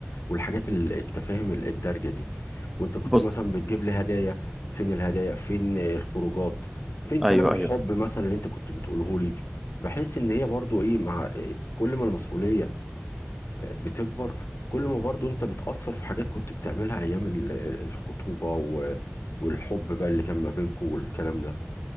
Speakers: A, on the left (about 80°); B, in the centre.
A: والحاجات ال- التفاهم ال- الدارجه دي وانت كنت
B: بص
A: مثلا بتجيب لي هدايا فين الهدايا فين الخروجات فين كلام
B: ايوه
A: الحب
B: ايوه
A: مثلا اللي انت كنت بتقوله لي بحيث ان هي برضو ايه مع كل ما المسؤوليه بتكبر كل ما برضو انت بتأثر في حاجات كنت بتعملها ايام ال- ال- الخطوبه و والحب بقى اللي كان ما بينكم والكلام ده